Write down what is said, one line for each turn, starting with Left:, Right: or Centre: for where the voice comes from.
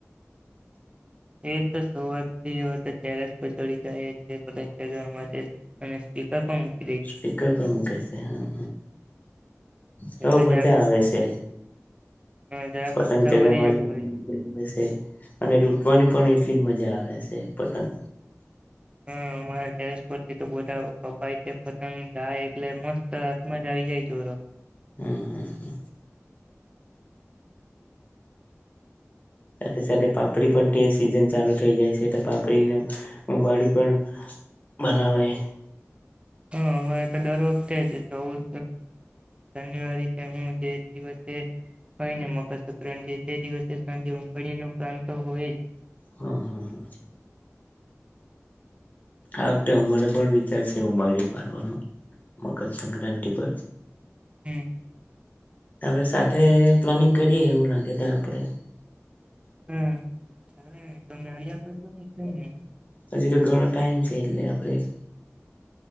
Right: <inaudible>
Left: સ્પીકર પણ મૂકે છે હા હ હ
Right: એટલે
Left: બ મજા
Right: જરાક
Left: આવે છે
Right: જરાક
Left: પતંગ
Right: ઉત્સાહ
Left: ચગાવવાની
Right: વધી જતો હોય
Left: છે. અને લૂટવાની પણ એટલી જ મજા આવે છે પતંગ
Right: હુ અમારા ટેરસ પરથી તો બધા કપાય છે પતંગ ગાય એટલે મસ્ત હાથમાં જ આવી જાય જોરો
Left: હુમ હુમ હુ સાથે સાથે પાપડી પણ તે સિઝન ચાલુ થઇ જાય છે પાપડીને ઉંબાળી પણ બનાવાઇ
Right: હા અરે તો દર વખતે જ ચૌદ જાન્યુઆરી હું જે દિવસેને મકર સંક્રાંતિ તે દિવસે સા પ્રાંત હોય
Left: હા હા હા આ વખતે અમારે પણ વિચાર છે બડી ફરવાનો મકર સંક્રાંતિ પર
Right: હુમ
Left: આપ સાથે પ્લાનિંગ કરીએ એવું લાગે ત આપણેે
Right: હુમ હ તોમે અયા તો ન કઈ ને -'
Left: હજ તો ઘણો ટાઈમ છે એટલે આપણેે